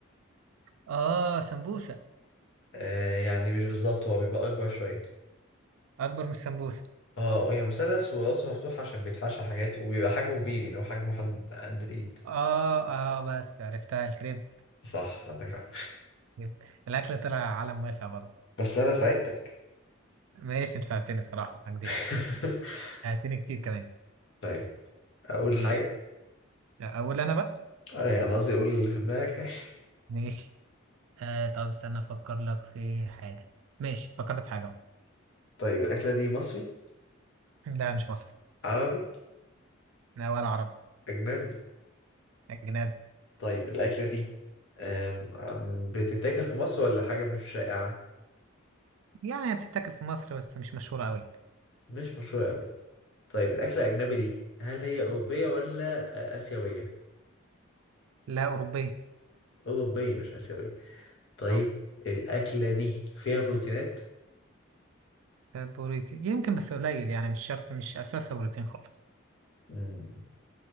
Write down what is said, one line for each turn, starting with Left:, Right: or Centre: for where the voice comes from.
Right: اه سمبوسه
Left: آه، يعني مش بالظبط هو بيبقى اكبر شويه
Right: اكبر من السمبوسه
Left: اه هي مثلث وراسه مفتوح عشان بيتحشى حاجات وبيبقى حجمه كبير يعني هو حجمه حد قد الايد
Right: اه اه بس عرفتها الكريب
Left: صح عندك حق
Right: كريب. الاكل طلع عالم واسع برضه
Left: بس انا ساعدتك
Right: ماشي انت ساعدتني صراحه ما هكدبش
Left: <laughs>
Right: ساعدتني كتير كمان
Left: طيب اقول
Right: ماشي
Left: حاجه
Right: اقول انا بقى
Left: آه، يعني قصدي اقول اللي في دماغك يعني.
Right: ماشي آه طب استنى افكر لك في حاجه ماشي فكرت في حاجه أهو.
Left: <laughs> طيب الاكله دي مصري
Right: لا مش مصري
Left: عربي
Right: لا ولا عربي
Left: اجنبي
Right: اجنبي
Left: طيب الأكلة دي أم- أم بتتاكل في مصر ولا حاجة مش شائعة؟
Right: يعني بتتاكل في مصر بس مش مشهوره قوي
Left: مش مشهورة أوي طيب الأكلة الأجنبي دي هل هي أوروبية ولا آه، آسيوية؟
Right: لا اوروبيه
Left: أوروبية مش آسيوية طيب
Right: اه
Left: الأكلة دي فيها بروتينات؟
Right: بروتين يمكن بس قليل يعني مش شرط مش اساسها بروتين خالص
Left: مم.